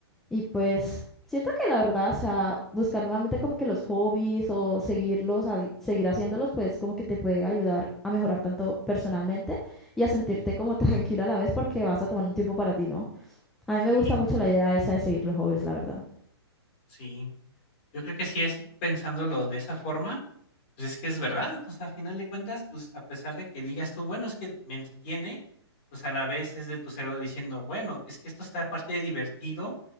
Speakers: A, in the centre; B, on the left (about 25°).
A: Y pues siento que la verdad, o sea, buscar nuevamente como que los hobbies o seguirlos, así- seguir haciéndolos, pues como que te puede ayudar a mejorar tanto personalmente y a sentirte como <laughs> tranquila a la vez porque vas a tomar un tiempo para ti, ¿no? A
B: Sí,
A: mí me gusta mucho la idea esa de seguir los hobbies, la verdad.
B: sí. Yo creo que sí, así pensándolo de esa forma, pues es que es verdad, o sea, a final de cuentas, pues a pesar de que digas tú, bueno, es que me entretiene, pues a la vez es de tu cerebro diciendo, bueno, es que esto está aparte de divertido,